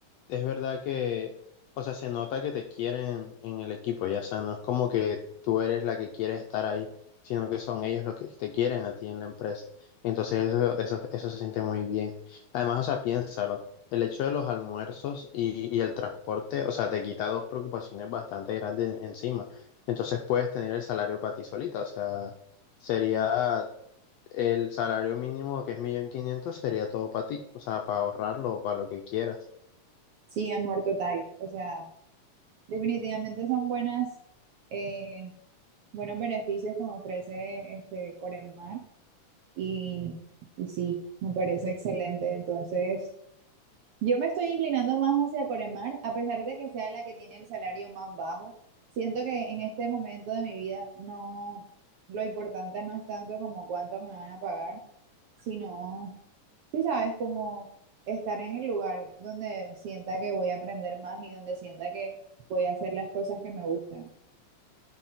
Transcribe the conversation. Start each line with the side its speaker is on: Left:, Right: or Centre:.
Left: es verdad que, o sea, se nota que te quieren en el equipo, ya, o sea, no es como que tú eres la que quieres estar ahí, sino que son ellos los que te quieren a ti en la empresa. Entonces eso, eso, eso se siente muy bien. Además, o sea, piénsalo, el hecho de los almuerzos y, y el transporte, o sea, te quita dos preocupaciones bastante grandes encima. Entonces puedes tener el salario para ti solita, o sea, sería el salario mínimo que es millón quinientos sería todo para ti, o sea, para ahorrarlo o para lo que quieras.
Right: Sí, amor total, o sea, definitivamente son buenas, eh, buenos beneficios que me ofrece este Coremar Y, y sí, me parece excelente. Entonces, yo me estoy inclinando más hacia Coremar, a pesar de que sea la que tiene el salario más bajo. Siento que en este momento de mi vida no, lo importante no es tanto como cuánto me van a pagar, sino, sí sabes, como estar en el lugar donde sienta que voy a aprender más y donde sienta que voy a hacer las cosas que me gustan.